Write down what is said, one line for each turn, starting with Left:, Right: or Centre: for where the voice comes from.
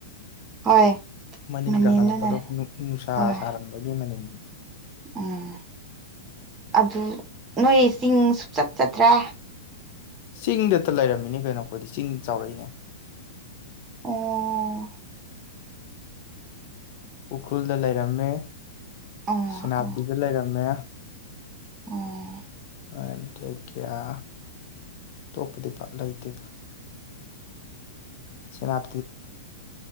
Right: ꯍꯣꯏ
Left: ꯃꯅꯤꯟ
Right: ꯃꯅꯤꯟꯗꯨꯅ
Left: ꯀꯥꯈꯠꯂꯛꯄꯗꯣ ꯅꯨꯡꯁꯥ
Right: ꯍꯣꯏ
Left: ꯁꯥꯔꯝꯕꯒꯤ ꯃꯅꯤꯟ
Right: ꯎꯝ ꯑꯗꯨ ꯅꯣꯏ ꯆꯤꯡ ꯁꯨꯡꯆꯠ ꯆꯠꯇ꯭ꯔꯦ
Left: ꯆꯤꯡꯗꯇ ꯂꯩꯔꯝꯃꯤꯅꯦ ꯀꯩꯅꯣ ꯑꯩꯈꯣꯏꯗꯤ ꯆꯤꯡꯗ ꯆꯥꯎꯔꯛꯏꯅꯦ
Right: ꯑꯣ
Left: ꯎꯈ꯭ꯔꯨꯜꯗ ꯂꯩꯔꯝꯃꯦ
Right: ꯑꯣ
Left: ꯁꯦꯅꯥꯄꯇꯤꯗ
Right: ꯑꯣ
Left: ꯂꯩꯔꯝꯃꯦ
Right: ꯑꯣ
Left: ꯑꯗꯒꯤ ꯑ ꯑꯇꯣꯞꯄꯗꯤ ꯄꯥꯛ ꯂꯩꯇꯦꯗ ꯁꯅꯥ